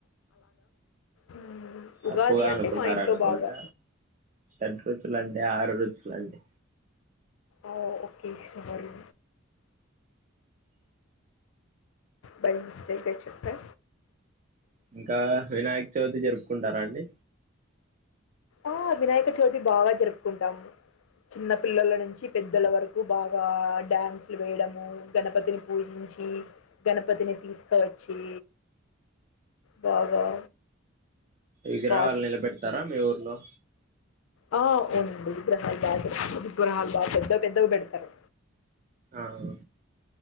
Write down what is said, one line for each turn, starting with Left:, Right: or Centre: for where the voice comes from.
Left: మ్మ్.
Right: తప్పుగా
Left: ఉగాది అంటే
Right: అనుకున్నారనుకుంట
Left: మా ఇంట్లో బాగా
Right: <unintelligible> లండే ఆరు రుజులండి.
Left: ఓ ఓకే స్వారీ. బై మిస్టేక్గా చెప్పా
Right: ఇంకా వినాయక చవితి జరుప్. కుంటారండి.
Left: ఆ వినాయక చవితి బాగా జరుపుకుంటాము. చిన్న పిల్లల నుంచి పెద్దోలవరకు బాగా డ్యాన్సులు వేయడము గణపతిని పూజించి గణపతిని తీసుకచ్చి. బాగా.
Right: ఇగ్రహాల్
Left: బా
Right: నీలబే. తరామే ఊర్లో
Left: ఓ ఉంది బు హాల బా విగ్రాహాల బా పెధ్ పెద్దవి పెడతారు.
Right: ఆ